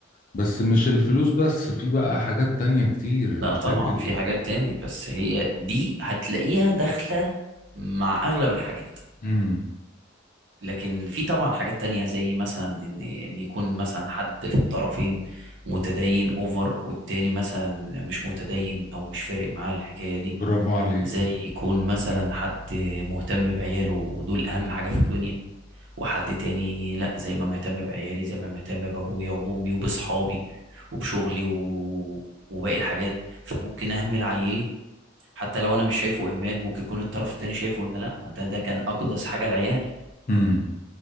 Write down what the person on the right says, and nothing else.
لا
طبعا في حاجات تاني بس هي دي هتلاقيها داخلة مع اغلب الحاجات
لكن في طبعا حاجات تانية زي مثلا ان ان يكون مثلا حد في الطرفين متدين اوفر والتاني مثلا مش متدين او مش فارق معاه الحكاية دي
زي يكون مثلا حد مهتم بعياله ودول اهم حاجة في الدنيا وحد تاني لا زي ما مهتم بعيالي زي ما مهتم بابويا وبامي وبصحابي وبشغلي و... وباقي الحاجات فممكن اهمل عيلي حتى لو انا مش شايفه اهمال ممكن يكون الطرف التاني شايفه ان لا ده ده كان اقدس حاجه العيال